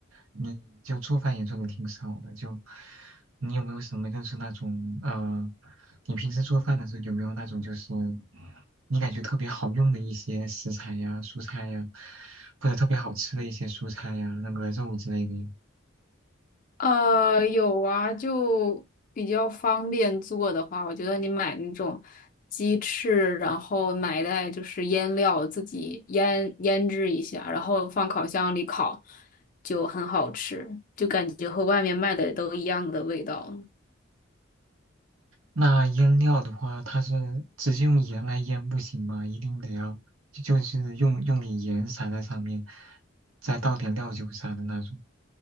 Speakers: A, on the right; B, on the left.
A: 你就做饭也做的挺少的，就你有没有什么就是那种呃，你平时做饭的时候有没有那种就是你感觉特别好用的一些食材呀、蔬菜呀，或者特别好吃的一些蔬菜呀、那个肉之类的呀
B: 呃，有啊，就比较方便做的话，我觉得你买那种鸡翅，然后买一袋就是腌料，自己腌腌制一下，然后放烤箱里烤，就很好吃，就感觉和外面卖的都一样的味道。
A: 那腌料的话，它是直接用盐来腌不行吗？一定得要就就是用用点盐撒在上面，再倒点料酒啥的那种。